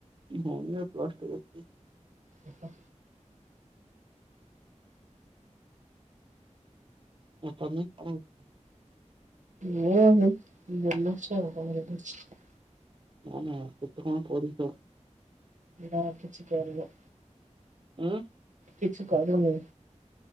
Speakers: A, on the right; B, on the right.
A: ଭଉଣୀ ର ପ୍ଲସ୍ ଟୁ <unintelligible>
B: ଓ।
A: <unintelligible>
B: <unintelligible>
A: ନା ନା କେତେ କଣ ପଢିଛ?
B: ନା କିିଛି <unintelligible>
A: ଉଁ?
B: କିଛି କରୁନି।